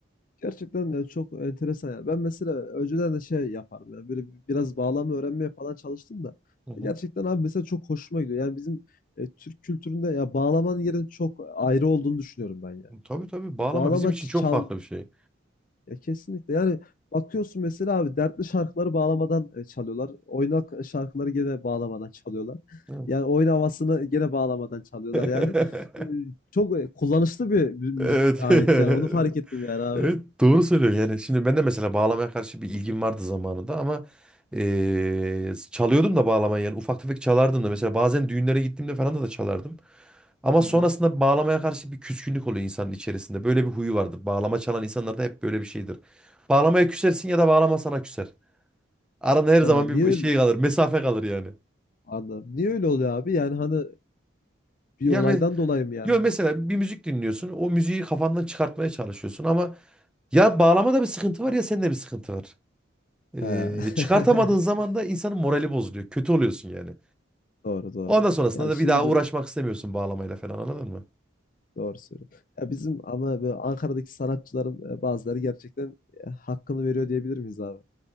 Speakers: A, on the left; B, in the centre.
A: gerçekten ya çok enteresan yani. Ben mesela önceden de şey yapardım yani böyle bi- biraz bağlama öğrenmeye falan çalıştım da
B: Hı hı.
A: e, gerçekten abi mesela çok hoşuma gidiyor. Yani bizim e, Türk kültüründe ya bağlamanın yerinin çok ayrı olduğunu düşünüyorum ben ya.
B: Tabii tabii bağlama
A: Bağlama
B: bizim için
A: çal
B: çok farklı bir şey.
A: Ya kesinlikle. Yani bakıyorsun mesela abi dertli şarkıları bağlamadan e, çalıyorlar. Oynak e, şarkıları gene bağlamadan çalıyorlar.
B: Evet.
A: Yani oyun havasını gene bağlamadan çalıyorlar yani.
B: <laughs>
A: E, Çok e, kullanışlı bir mü- müzik
B: Evet.
A: aleti
B: <laughs>
A: yani. Onu fark ettim yani abi.
B: Evet doğru söylüyorsun yani şimdi ben de mesela bağlamaya karşı bir ilgim vardı zamanında ama eee, çalıyordum da bağlamayı yani ufak tefek çalardım da mesela bazen düğünlere gittiğimde falan da, da çalardım. Ama
A: Hı
B: sonrasında
A: hı.
B: bağlamaya karşı bir küskünlük oluyor insanın içerisinde böyle bir huyu vardır bağlama çalan insanlarda hep böyle bir şeydir. Bağlamaya küsersin ya da bağlama sana küser. Arada her zaman
A: Ha, niye
B: bir
A: öyle
B: şey kalır mesafe kalır yani.
A: anladım. Niye öyle oluyor abi? Yani hani bir
B: Ya
A: olaydan
B: me
A: dolayı mı yani?
B: yo,
A: Hani
B: mesela bir müzik dinliyorsun o müziği kafandan çıkartmaya çalışıyorsun ama ya bağlamada bir sıkıntı var ya sende bir sıkıntı var. Ee,
A: he.
B: çıkartamadığın zaman
A: <laughs>
B: da insanın morali bozuluyor. Kötü oluyorsun yani.
A: Doğru doğru.
B: Ondan sonrasında
A: Yani
B: da
A: şimdi
B: bir daha uğraşmak istemiyorsun bağlamayla falan anladın mı?
A: doğru söylüyorsun. Ya bizim ama böyle Ankara'daki sanatçıların e, bazıları gerçekten e, hakkını veriyor diyebilir miyiz abi?